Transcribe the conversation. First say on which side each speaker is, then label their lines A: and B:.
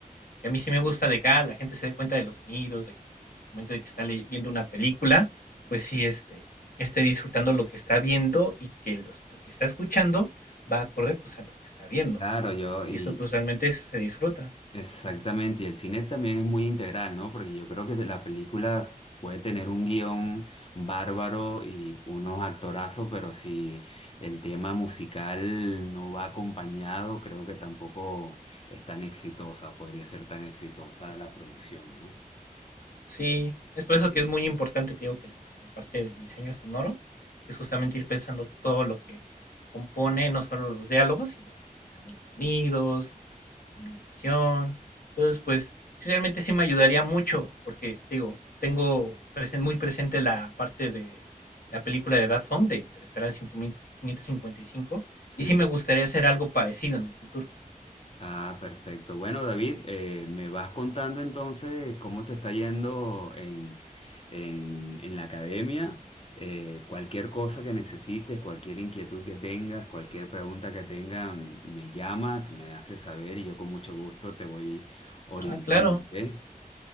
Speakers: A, on the left; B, on the left.
A: que a mí sí me gusta de que, ah, la gente se dé cuenta de los sonidos, de que al momento de que está ley viendo una película, pues sí, este, esté disfrutando lo que está viendo y que los que está escuchando va acorde, pues, a lo que está viendo,
B: claro, yo,
A: y
B: y
A: eso, pues, realmente se disfruta.
B: exactamente, y el cine también es muy integral, ¿no? Porque yo creo que la película puede tener un guión bárbaro y unos actorazos, pero si el tema musical no va acompañado, creo que tampoco es tan exitosa, podría ser tan exitosa la producción, ¿no?
A: Sí, es por eso que es muy importante, te digo, que la, la parte de diseño sonoro, que es justamente ir pensando todo lo que compone, no solo los diálogos, sino pues también los sonidos, la ambientación. Entonces, pues sí, realmente sí me ayudaría mucho, porque te digo, tengo presen- muy presente la parte de la película de Daft Punk, de Interestelar 5555, y cinco,
B: Sí,
A: y sí
B: sí.
A: me gustaría hacer algo parecido en el futuro.
B: Ah, perfecto. Bueno, David, eh, me vas contando entonces cómo te está yendo en, en, en la academia. Eh, cualquier cosa que necesites, cualquier inquietud que tengas, cualquier pregunta que tengas, me llamas, me haces saber y yo con mucho gusto te voy orientando,
A: Ah, claro.
B: ¿ok?